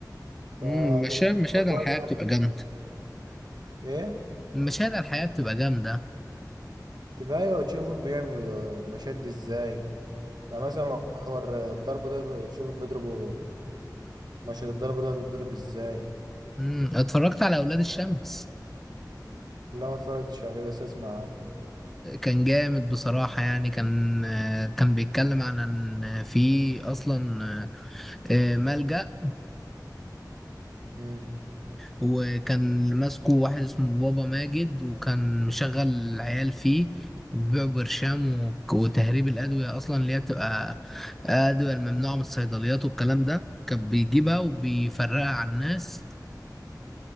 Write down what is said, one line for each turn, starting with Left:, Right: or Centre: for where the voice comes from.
Centre: مم،
Right: فتبقى
Centre: مشاهد مشاهد
Right: قصة كويسة
Centre: على الحياة بتبقى
Right: يعني
Centre: جامدة
Right: ايه
Centre: المشاهد على الحياة بتبقى جامدة
Right: تبقى ايوه تشوفوا بيعملوا المشاهد دي ازاي يعني مثلا محور الضرب ده ب- شوف بيضربوا مشهد الضرب ده بيتضرب ازاي
Centre: مم، اتفرجت على أولاد الشمس
Right: لا ما اتفرجتش عليه بس اسمع عنه
Centre: كان جامد بصراحة يعني كان آه، كان بيتكلم عن ان في اصلا آه، آه، ملجأ
Right: امم
Centre: وكان ماسكه واحد اسمه بابا ماجد وكان مشغل العيال فيه بيبيعوا برشام و- وتهريب الأدوية أصلا اللي هي بتبقى أدوية الممنوعة من الصيدليات والكلام ده كان بيجيبها وبيفرقها على الناس